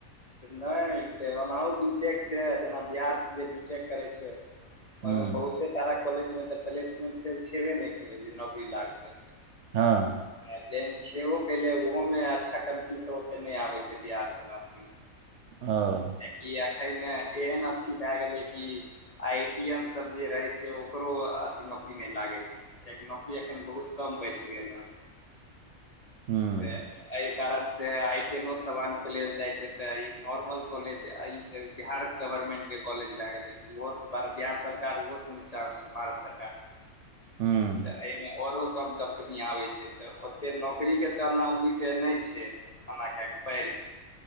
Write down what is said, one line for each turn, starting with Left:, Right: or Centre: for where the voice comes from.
Left: नहि ते ओनाहुँ बी टेक से, जेना बिहार से जे बी टेक करै छैय
Right: हूँ
Left: ओहिमे बहुते सारा कॉलेज मे त प्लेसमेंट सेल छेबे नहि केलै जे नौकरी लागतै।
Right: हँ।
Left: आ जहि मे छेबो कैलै, ओहोमे अच्छा कम्पनी सब ओते नहि आबै छैय बिहार बला में
Right: अओं।
Left: कि अखैन ने एहेन अथी भै गेलै कि आइ टी एम सब जे रहै छैय ओकरो नौकरी नहि लागै छैय, कियेकि नौकरी एखन बहुत कम बचि गेल हँ
Right: हूँ
Left: ते एहि कारण से आइ टी यनो सबान प्लेस जाय छैय तें ई नॉर्मल कॉलेज, आइ जे बिहार गवर्मेन्टके कॉलेज भय गेलै तऽ उहो सऽ बिहार सरकार ओहो सँ निचा होइ छैय भारत सरकार
Right: हँ।
Left: तऽ एहिमे ओरो कम कम्पनी आबै छैय तऽ ओते नौकरीके तऽ एना उम्मीदे नहि छैय। हमरा कहै पैढ